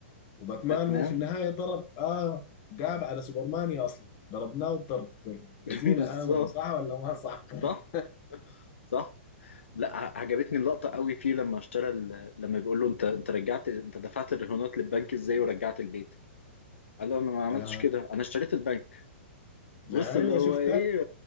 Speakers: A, on the left; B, on the left.
A: وباتمان
B: باتمان
A: هو في النهاية ضرب آه قاب على سوبرمان يا أصلا ضربناه الضرب
B: <laughs>
A: الذين
B: بالظبط
A: آمنوا صح ولا ما صح؟
B: صح
A: <laughs>
B: صح لا ع- عجبتني اللقطة قوي فيه لما اشترى ال- لما بيقول له انت انت رجعت انت دفعت الرهونات للبنك ازاي ورجعت البيت قال له انا ما عملتش
A: آه
B: كده انا اشتريت البنك
A: لا
B: بص
A: أيوه
B: اللي هو
A: شفتها
B: ايه